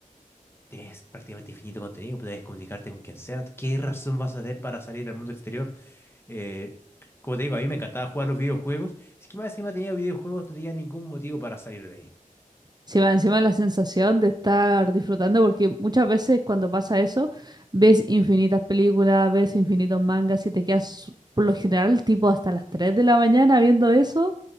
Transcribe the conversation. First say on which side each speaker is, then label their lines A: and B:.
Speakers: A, on the left; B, on the right.
A: es prácticamente infinito contenido, puedes comunicarte con quien sea. ¿Qué razón vas a tener para salir al mundo exterior? Eh, como te digo, a mí me encantaba jugar los videojuegos. Es que más encima tenía videojuegos, no tenía ningún motivo para salir de ahí.
B: Sí, va encima la sensación de estar disfrutando, porque muchas veces cuando pasa eso, ves infinitas películas, ves infinitos mangas y te quedas por lo general tipo hasta las 3 de la mañana viendo eso